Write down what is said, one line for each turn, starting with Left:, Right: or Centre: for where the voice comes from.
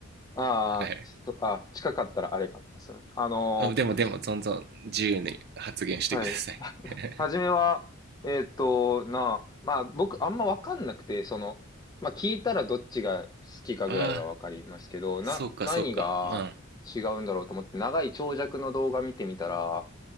Left: ああ、
Right: はい。
Left: ちょっと、あ、近かったらあれかもですね。あの、
Right: あ、でもでも、どんどん自由に発言してください。
Left: はい。
Right: <laughs>
Left: 初めは、えーっと、な、まあ僕あんまわかんなくて、その、まあ聞いたらどっちが好きかぐらいはわかりますけど、
Right: ああ、
Left: な、
Right: そうかそうか。
Left: 何が違うんだろうと思って長い長尺の動画見てみたら、
Right: うん。